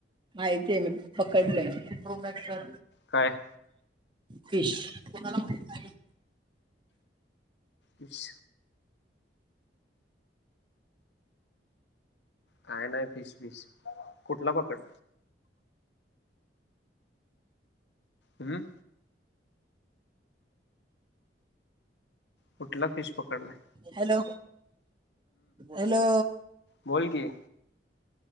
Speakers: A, on the right; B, on the left.
A: माहती आहे, मी पकडलय, प्रो बॅक कर.
B: काय?
A: फिश, कुणाला माहित नाही.
B: यस. काय नाही फीश बीस, कुठला पकड हम्म. कुठला फिश पकडलाय?
A: हॅलो हॅलो
B: बोलकी.